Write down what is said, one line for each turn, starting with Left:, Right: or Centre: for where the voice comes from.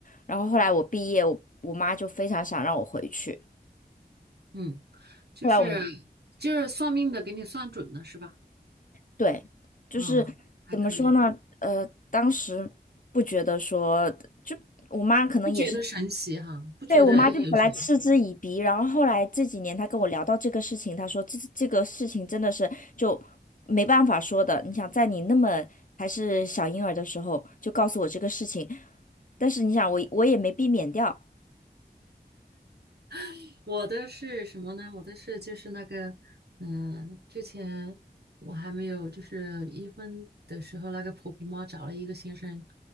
Left: 然后后来我毕业，我我妈就非常想让我回去，
Right: 嗯，就是
Left: 后来我们
Right: 就是算命的给你算准了是吧？
Left: 对，就是怎么说呢，
Right: 啊、还可以，
Left: 呃，当时不觉得说，就我妈可能也是。
Right: 不觉得神奇哈、不觉得哎有什
Left: 对，我妈就本来嗤之以鼻，然后后来这几年她跟我聊到这个事情，她说这这个事情真的是就没办法说的。你想在你那么还是小婴儿的时候就告诉我这个事情，但是你想我我也没避免掉，
Right: <laughs> 我的是什么呢？我的是就是那个，嗯、之前我还没有就是一婚的时候，那个婆婆妈找了一个先生